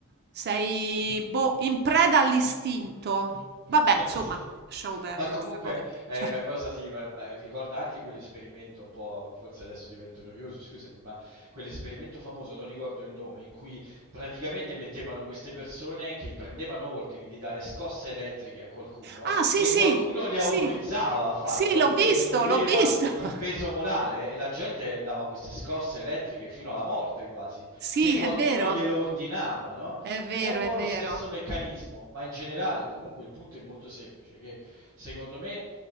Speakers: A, on the right; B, on the right.
A: sei, boh, in preda all'istinto. Vabbè, insomma,
B: Sì.
A: lasciamo perdere
B: Ma comunque
A: questa cosa.
B: è
A: Cioè-
B: una cosa, sì, ma, ma ricorda anche quell'esperimento un po', forse adesso divento noioso, scusami, ma quell'esperimento famoso, non ricordo il nome, in cui praticamente mettevano queste persone che prendevano ordini di dare scosse elettriche a qualcuno
A: Ah, sì,
B: e
A: sì,
B: qualcuno li
A: sì,
B: autorizzava a farlo,
A: sì,
B: qualcuno
A: l'ho visto,
B: gli toglieva
A: l'ho visto. <laughs>
B: il peso morale e la gente dava queste scosse elettriche fino alla morte quasi
A: Sì,
B: se qualcuno
A: è vero,
B: glielo ordinava, no?
A: è vero,
B: È un po'
A: è vero,
B: lo stesso meccanismo, ma in generale, comunque il punto è molto semplice, che secondo me